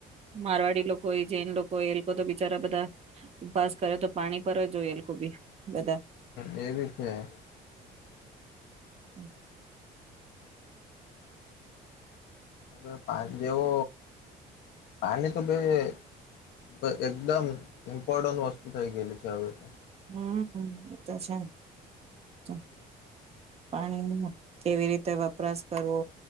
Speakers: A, on the right (about 40°); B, on the left (about 85°).
A: મારવાડી લોકો હોય જૈન લોકો હો એલોકો તો બિચારા બધા ઉપવાસ કરે તો પાણી પર જ જોય એલોકો બી. બધા.
B: એવી છે.
A: હમ્મ.
B: હવે પા જેવો પાણી તો ભ એકદમ ઇમ્પોર્ટન્ટ વસ્તુ થઈ ગયેલી છે હવે તો.
A: હમ્મ એ તો છે જ. પાણી ન કેવી રીતે વપરાશ કરવો,